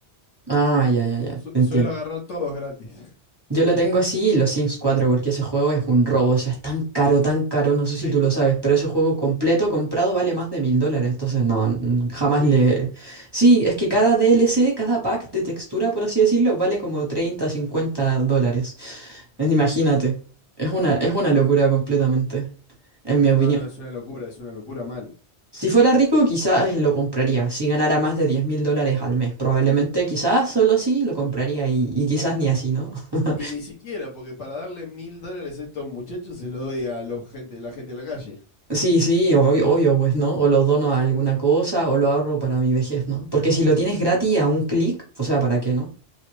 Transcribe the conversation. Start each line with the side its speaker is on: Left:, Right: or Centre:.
Right: Ah, ya, ya,
Left: <laughs>
Right: ya,
Left: su-
Right: te entiendo.
Left: suelo agarrar todos gratis. <laughs>
Right: Yo lo tengo así y los Sims 4, porque ese juego es un robo, o sea, es tan caro, tan caro, no sé
Left: Sí.
Right: si tú lo sabes, pero ese juego completo comprado vale más de mil dólares, entonces no, mm, jamás
Left: ¿Qué?
Right: le... Sí, es que cada DLC, cada pack de textura, por así decirlo, vale como 30, 50 dólares. Es- Imagínate, es una, es una locura completamente, en mi opinión.
Left: No, no, es una locura, es una locura mal.
Right: Si fuera rico, quizás eh, lo compraría, si ganara más de diez mil dólares al mes, probablemente, quizás solo sí lo compraría y, y quizás ni así, ¿no? <laughs>
Left: Y ni siquiera, porque para darle mil dólares a estos muchachos se lo doy a los gente, la gente de la calle.
Right: Sí, sí, obvio, obvio, pues, ¿no? O lo dono a alguna cosa o lo ahorro para mi vejez, ¿no? Porque si lo tienes gratis a un clic, o sea, ¿para qué, no?